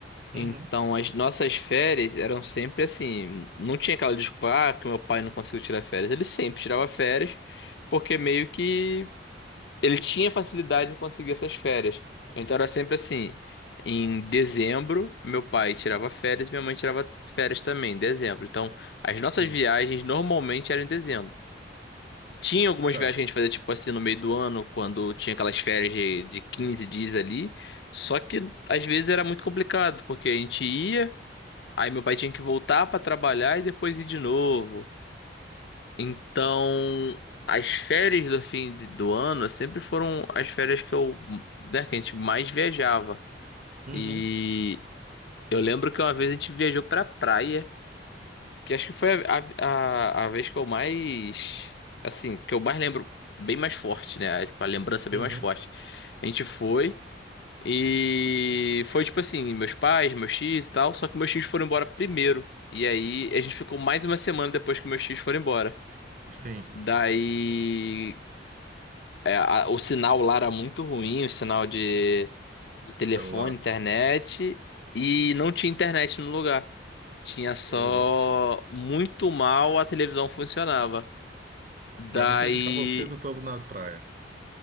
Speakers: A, on the left; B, on the right.
A: Então,
B: Uhum.
A: as nossas férias eram sempre assim. Não tinha aquela desculpa, ah, que meu pai não conseguiu tirar férias. Ele sempre tirava férias, porque meio que ele tinha facilidade em conseguir essas férias. Então, era sempre assim. Em dezembro, meu pai tirava férias e minha mãe tirava férias também, em dezembro. Então, as nossas
B: Hum,
A: viagens normalmente eram em dezembro. Tinha algumas
B: certo.
A: viagens que a gente fazia, tipo assim, no meio do ano, quando tinha aquelas férias de, de 15 dias ali. Só que às vezes era muito complicado, porque a gente ia. Aí meu pai tinha que voltar pra trabalhar e depois ir de novo. Então, as férias do fim de- do ano sempre foram as férias que eu, né, que a gente mais viajava.
B: Uhum,
A: E eu lembro que uma vez a gente viajou pra praia, que acho que foi a, a, a vez que eu mais, assim, que eu mais lembro bem mais forte, né? Tipo, a lembrança bem
B: uhum.
A: mais forte. A gente foi. E foi tipo assim, meus pais, meus tios e tal, só que meus tios foram embora primeiro. E aí a gente ficou mais uma semana depois que meus tios foram embora.
B: Sim,
A: Daí é, a- o sinal lá era muito ruim, o sinal de, de telefone,
B: celular.
A: internet, e não tinha internet no lugar. Tinha só
B: Ô, louco.
A: muito mal a televisão funcionava. Daí
B: Aí vocês ficavam tendo todo na praia.